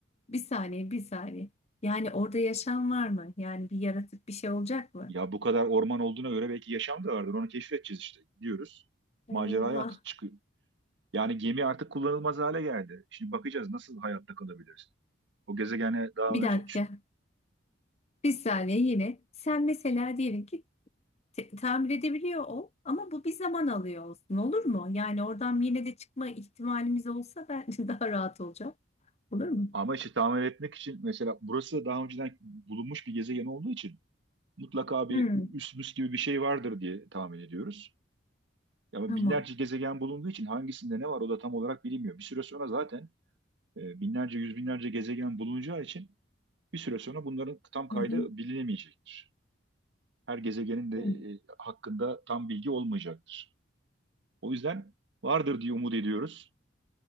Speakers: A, on the left; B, on the right.
A: Bir saniye, bir saniye. Yani orada yaşam var mı? Yani bir yaratık bir şey olacak mı?
B: Ya bu kadar orman olduğuna göre belki yaşam da vardır. Onu keşfedeceğiz işte. Gidiyoruz. Maceraya
A: Eyvah.
B: at- çıkıyor. Yani gemi artık kullanılmaz hale geldi. Şimdi bakacağız nasıl hayatta kalabiliriz. O gezegene daha
A: Bir dakika.
B: önce
A: Bir saniye yine. Sen mesela diyelim ki te- tamir edebiliyor ol ama bu bir zaman alıyor olsun olur mu? Yani oradan yine de çıkma ihtimalimiz olsa ben <laughs> daha rahat olacağım. Olur mu?
B: Ama işte tamir etmek için mesela burası daha önceden bulunmuş bir gezegen olduğu için mutlaka bir
A: Hmm,
B: üsmüs gibi bir şey vardır diye tahmin ediyoruz. Ama
A: tamam.
B: binlerce gezegen bulunduğu için hangisinde ne var o da tam olarak bilinmiyor. Bir süre sonra zaten e, binlerce, yüz binlerce gezegen bulunacağı için bir süre sonra bunların tam kaydı
A: Hı hı.
B: bilinemeyecektir. Her gezegenin de
A: Hı.
B: e, hakkında tam bilgi olmayacaktır. O yüzden vardır diye umut ediyoruz.